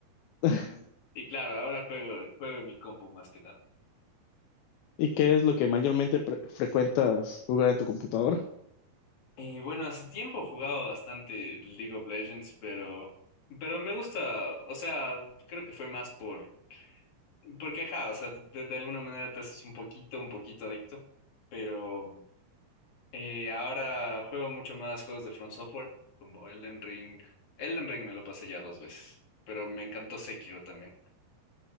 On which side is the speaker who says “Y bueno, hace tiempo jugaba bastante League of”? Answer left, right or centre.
Left